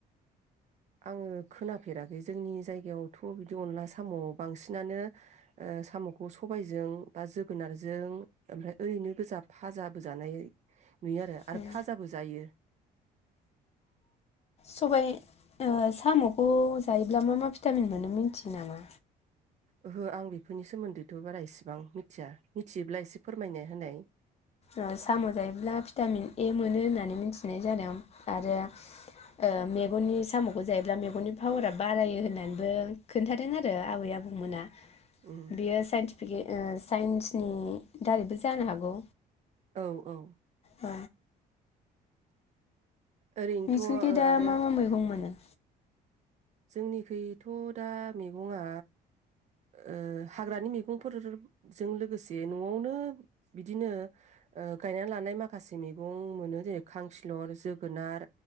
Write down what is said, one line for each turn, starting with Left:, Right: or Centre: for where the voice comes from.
Right: आङो खोनाफेराखै जोंनि जायगायावथ' बिदि अनला साम' बांसिनानो ओ साम'खौ सबायजों बा जोगोनारजों ओमफाय ओरैनो गोजा फा फाजाबो जानायै नुयो आरो
Left: उम
Right: आरो फाजाबो जायो।
Left: सबाय ओ साम'खौ जायोब्ला मा मा भिटामिन मोनो मिनथियो नामा?
Right: ओहो आं बेफोरनि सोमोन्दैथ' बारा इसेबां मिथिया मिथियोब्ला एसे फोरमायनो होनाय।
Left: ओ साम' जायोब्ला भिटामिन ए मोनो होननानै मिथिनाय जादों आरो ओ मेगननि साम'खौ जायोब्ला मेगननि पावारा बारायो होननानैबो खोन्थादों आरो आबै आबौमोना।
Right: उम
Left: बियो साइन्टिफिके ओस साइन्सनि दारैबो जानो हागौ।
Right: औ औ
Left: औ
Right: ओरैनोथ'
Left: नोंसिनिखि
Right: ओ
Left: दा
Right: आरो
Left: मा मा मैगं मोनो?
Right: जोंनिखैथ' दा मेगङा ओ हाग्रानि मैगंफोरजों लोगोसे न'आवनो बिदिनो ओ गायनानै लानाय माखासे मैगं मोनो जेरै खांखिलर जोगोनार